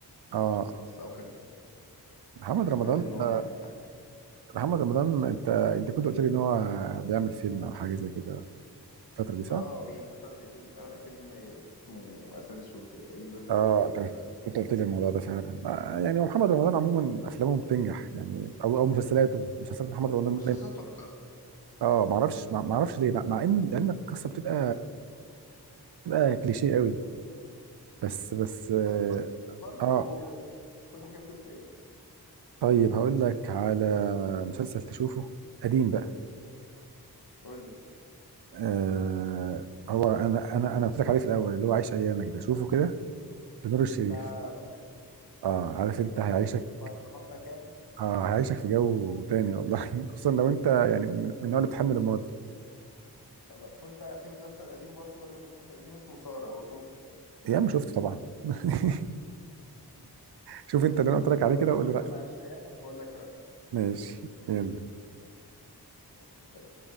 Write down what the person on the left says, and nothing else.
مسلسل
منصة او كان
كان قال ان هو
يعمل حاجه
اه بيحضر زي بال- فيلم اسمه اسد اسود تقريبا
أو حاجه زي
كده
مسلسلات
اكتر
بر- برضو
كل حاجه بتفرق ايه
قول لي
بتاع نور الشريف
على ضمانتك يعني
خلاص وانت في مسلسل قديم برضو بدل انت بتحب القديم اسمه ساره بشوف
خلاص
اشوف
انا عايش ايامك واقول لك رايي
ماشي سلام